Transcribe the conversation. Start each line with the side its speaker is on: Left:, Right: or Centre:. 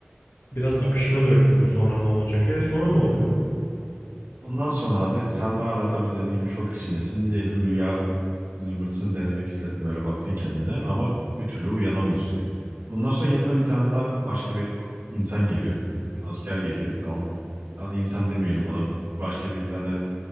Left: Biraz akışına bırakırdım sonra ne olacak. E sonra ne oluyor?
Right: Ondan sonra abi sen de hala tabii dediğin gibi şok içindesin. Diyelim rüya zımbırtısını denemek istedin. Böyle baktın kendine ama bir türlü uyanamıyorsun. Ondan sonra yanına bir tane daha başka bir insan geliyor. Asker geliyor tamam mı? Hadi insan demeyelim ona. Başka bir tane